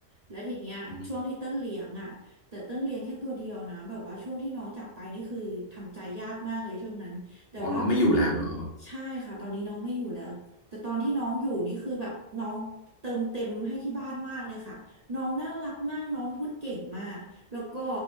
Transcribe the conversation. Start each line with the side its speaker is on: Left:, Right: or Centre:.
Right: แล้วทีเนี้ยช่วงที่เต้นเลี้ยงอ่ะแต่เต้นเลี้ยงแค่ตัวเดียวนะแบบว่าช่วงที่น้องจากไปนี่คือทำใจยากมากเลยช่วงนั้น
Left: อม
Right: แต่ว่าช่วง
Left: อ๋อน้องไม่อยู่แล้วเหรอ
Right: ใช่ค่ะ ตอนนี้น้องไม่อยู่แล้ว แต่ตอนที่น้องอยู่นี่คือแบบน้องเติมเต็มให้ที่บ้านมากเลยค่ะ น้องน่ารักมาก น้องพูดเก่งมาก แล้วก็